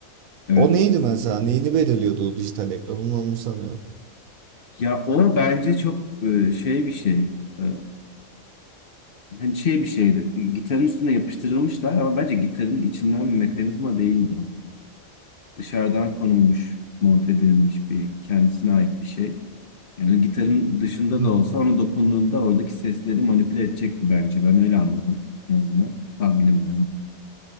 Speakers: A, on the left; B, on the right.
A: evet.
B: O neydi mesela? Neyini belirliyordu o dijital ekran? Onu anımsamıyorum.
A: Ya o bence çok e, şey bir şey. E, Hani şey bir şeydi. Gitarın üstüne yapıştırılmışlar ama bence gitarın içinden bir mekanizma değildi o. Dışarıdan konulmuş, monte edilmiş bir kendisine ait bir şey. Yani gitarın dışında
B: Hmm,
A: da olsa onu dokunduğunda oradaki sesleri manipüle edecekti bence. Ben öyle anladım en azından. Tahminim